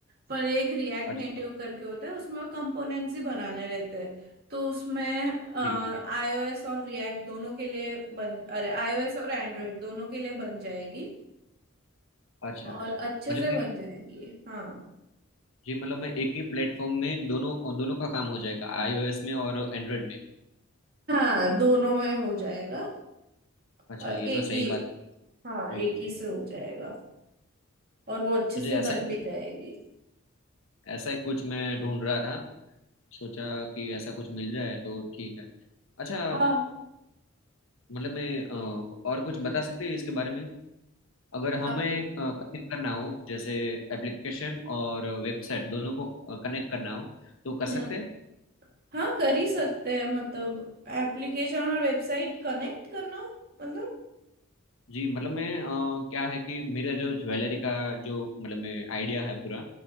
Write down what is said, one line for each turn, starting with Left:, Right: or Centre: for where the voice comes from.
Right: पर एक रिएक्ट
Left: अच्छा
Right: नेटिव करके होता है उसमें कंपोनेंट्स ही बनाने रहते हैं तो उसमें आईओएस
Left: जी
Right: और रिएक्ट दोनों के लिए बन अरे आईओएस और एंड्रॉयड दोनों के लिए बन जाएगी
Left: अच्छा
Right: और अच्छे
Left: मतलब
Right: से
Left: मैं
Right: बन जाएगी हाँ
Left: जी मतलब मैं एक ही प्लेटफॉर्म में दोनों दोनों का काम हो जाएगा आईओएस में और एंड्रॉयड में
Right: हाँ दोनों में हो जाएगा
Left: अच्छा
Right: अ,
Left: ये
Right: एक
Left: तो सही
Right: ही
Left: बात है
Right: हाँ एक
Left: जी
Right: ही से हो जाएगा और वो अच्छे
Left: मुझे
Right: से
Left: ऐसा
Right: बन भी
Left: ही-
Right: जाएगी
Left: ऐसा ही कुछ मैं ढूंढ रहा था सोचा कि ऐसा कुछ मिल जाए तो ठीक है अच्छा
Right: हाँ
Left: मतलब मैं अ, और कुछ बता सकते हैं इसके बारे में अगर हमें
Right: आपको
Left: अ, कनेक्ट करना हो जैसे एप्लीकेशन और वेबसाइट दोनों को कनेक्ट करना हो तो कर सकते
Right: हम्म
Left: हैं
Right: हाँ कर ही सकते हैं मतलब एप्लीकेशन और वेबसाइट कनेक्ट करना मतलब
Left: जी मतलब मैं अ, क्या है कि मेरा जो ज्वेलरी का जो मतलब मैं आइडिया है पूरा